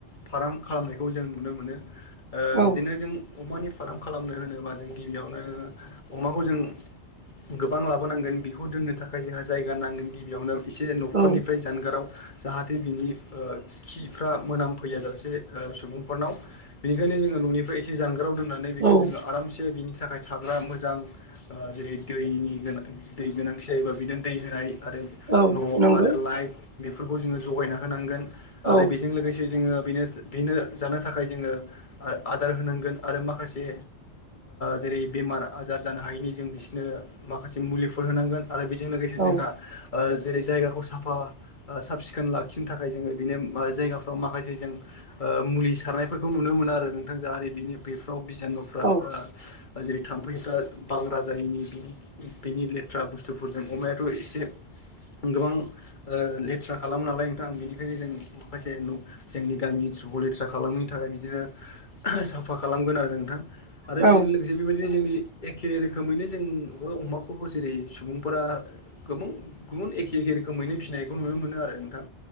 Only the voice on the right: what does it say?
औ
औ
औ
औ
नंगौ
औ
औ
औ
औ